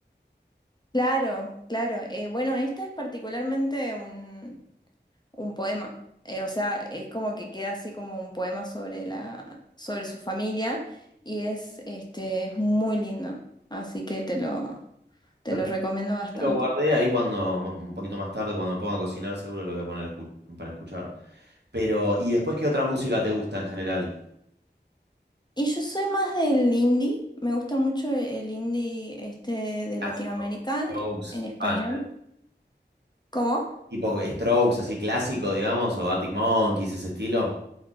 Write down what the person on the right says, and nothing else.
Pero
yo lo guardé ahí cuando, m- un poquito más tarde, cuando me ponga a cocinar, seguro lo voy a poner a escu- para escuchar. Pero, ¿y después qué otra música te gusta en general?
Clásico.
Strokes,
Panther.
Tipo Strokes, así clásico, digamos, o Arctic Monkeys, ese estilo.